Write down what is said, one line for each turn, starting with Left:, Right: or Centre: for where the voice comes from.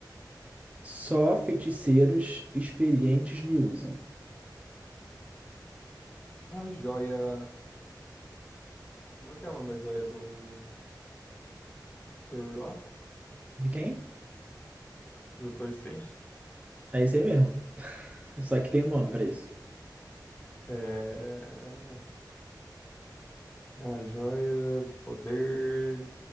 Right: Só feiticeiros experientes me usam.
Left: A joia. Como é que é o nome da joia do Doutor lá?
Right: De quem?
Left: Do Doutor Strange?
Right: É isso aí mesmo. Só que tem um nome pra isso.
Left: É. é A joia do poder.